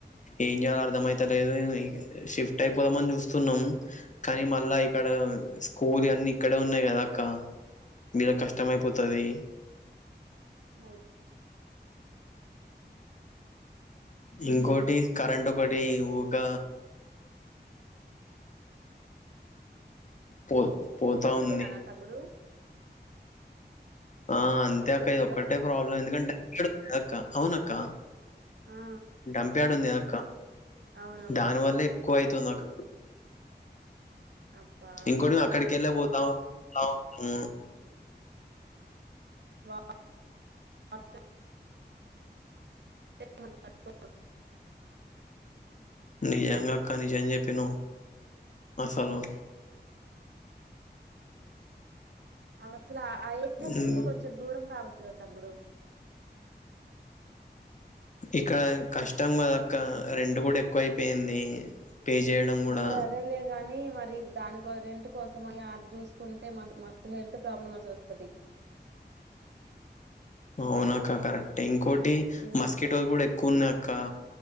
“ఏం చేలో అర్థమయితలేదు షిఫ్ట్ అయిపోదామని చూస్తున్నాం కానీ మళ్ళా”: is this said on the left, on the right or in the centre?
Left